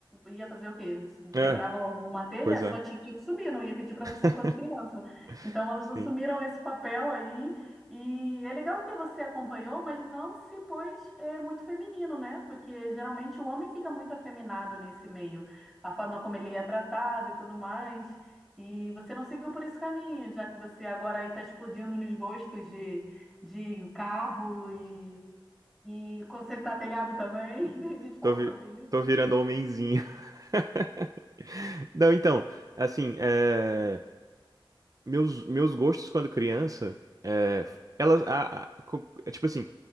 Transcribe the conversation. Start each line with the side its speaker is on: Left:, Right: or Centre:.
Centre: ia fazer o quê?
Right: É,
Centre: Quebrava uma telha,
Right: pois
Centre: sua
Right: é.
Centre: tia tinha que subir, não ia pedir para
Right: <laughs>
Centre: você enquanto criança. Então elas
Right: Sim.
Centre: assumiram esse papel aí e é legal que você acompanhou, mas não se pôs é, muito feminino, né? Porque geralmente o homem fica muito afeminado nesse meio, a forma como ele é tratado e tudo mais. E você não seguiu por esse caminho, já que você agora aí está explodindo nos gostos de, de carro e, e consertar telhado também. <laughs> A gente falou
Right: Tô, vi-
Centre: sobre isso.
Right: tô virando homenzinho. <laughs> Não, então, assim, é, meus, meus gostos quando criança, é, elas, a- a- co- é tipo assim,